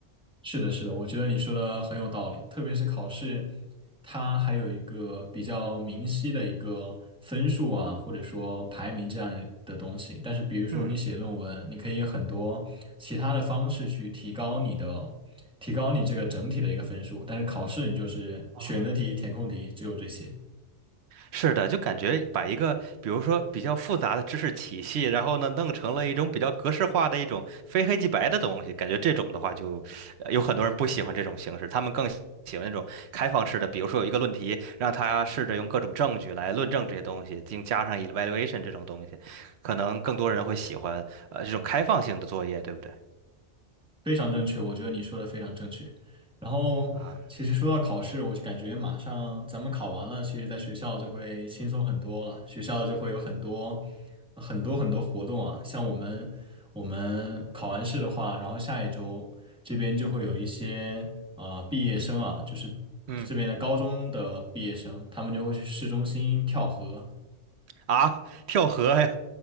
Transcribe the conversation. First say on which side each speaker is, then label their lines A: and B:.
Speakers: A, in the centre; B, on the right.
A: 是的，是的，我觉得你说的很有道理，特别是考试，它还有一个比较明晰的一个分数啊，或者说排名这样的东西。但是，比如说你写论文，
B: 嗯，
A: 你可以有很多其他的方式去提高你的，提高你这个整体的一个分数。但是考试你就是选择题、
B: 啊。
A: 填空题，只有这些。
B: 是的，就感觉把一个，比如说比较复杂的知识体系，然后呢，弄成了一种比较格式化的一种非黑即白的东西，感觉这种的话就，呃有很多人不喜欢这种形式，他们更喜喜欢那种开放式的，比如说有一个论题，让他试着用各种证据来论证这些东西，并加上 evaluation 这种东西，可能更多人会喜欢呃这种开放性的作业，对不对？
A: 非常正确，我觉得你说的非常正确。然后，
B: 啊，
A: 其实说到考试，我就感觉马上咱们考完了，其实在学校就会轻松很多了。学校就会有很多很多很多活动啊，像我们我们考完试的话，然后下一周这边就会有一些啊毕业生啊，就是这边的高中的毕业生，
B: 嗯，
A: 他们就会去市中心跳河。
B: 啊，跳河呀，